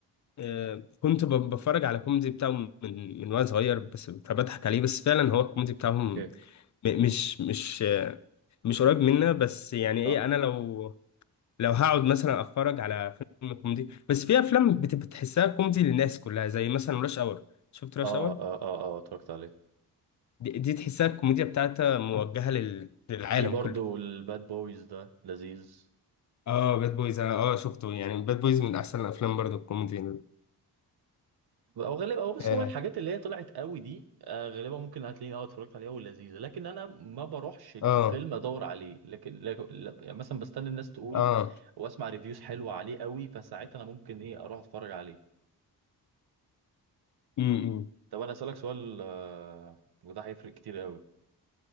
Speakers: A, on the left; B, on the right.
A: آه، كنت ب- بتفرج على كوميدي بتاعهم من من وانا صغير بس فبضحك عليه بس فعلا هو الكوميدي بتاعهم
B: اوكي
A: م- مش مش آه، مش قريب منا بس يعني
B: صح
A: ايه انا لو لو هقعد مثلا اتفرج على فيلم كوميدي بس في افلام بت- بتحسها كوميدي للناس كلها زي مثلا راش اور شفت راش
B: آه
A: اور
B: آه آه آه اتفرجت عليه
A: دي, دي تحسها الكوميديا بتاعتها موجهة لل- للعالم
B: في برضه
A: كله
B: الباد بويز ده لذيذ
A: اه باد بويز انا اه شفته يعني باد بويز من احسن الافلام برضو الكوميدي
B: او غالبا او بص
A: اه
B: هو الحاجات اللي هي طلعت قوي دي آه، غالبا ممكن هتلاقيني اه اتفرجت عليها ولذيذه لكن انا ما بروحش الفيلم
A: اه
B: ادور عليه لكن لك- لا- يعني مثلا بستنى الناس تقول
A: اه
B: واسمع ريفيوز حلوه عليه قوي فساعتها انا ممكن ايه اروح اتفرج عليه
A: امم
B: طب انا اسالك سؤال آه، وده هيفرق كتير قوي